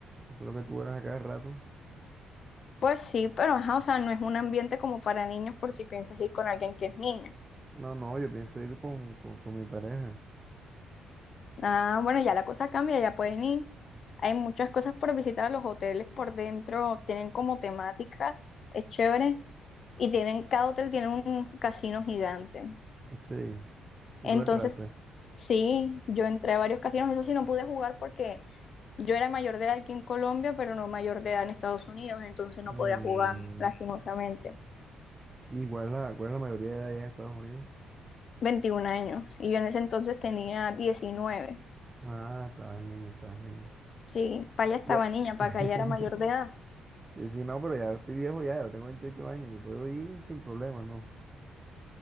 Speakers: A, on the right (about 20°); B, on the left (about 55°).
A: eso es lo que tú eras a cada rato.
B: Pues sí, pero ajá, o sea, no es un ambiente como para niños por si piensas ir con alguien que es niño.
A: No, no, yo pienso ir con, con, con mi pareja.
B: Ah, bueno, ya la cosa cambia, ya pueden ir. Hay muchas cosas por visitar, los hoteles por dentro tienen como temáticas, es chévere. Y tienen, cada hotel tiene un casino gigante.
A: Sí, y
B: Entonces,
A: tú entraste.
B: sí, yo entré a varios casinos, eso sí no pude jugar porque yo era mayor de edad aquí en Colombia, pero no mayor de edad en Estados Unidos, entonces no
A: Mm,
B: podía jugar, lastimosamente.
A: Igual la, cuál es la mayoría de edad allá en Estados Unidos?
B: veintiún años, y yo en ese entonces tenía diecinueve
A: Ah, estabas niña, estabas niña.
B: Sí, para allá estaba
A: Bueno,
B: niña,
A: <laughs>
B: para acá ya era mayor de edad.
A: sí, sí, no, pero ya yo estoy viejo ya, yo tengo 28 años, yo puedo ir sin problemas, ¿no?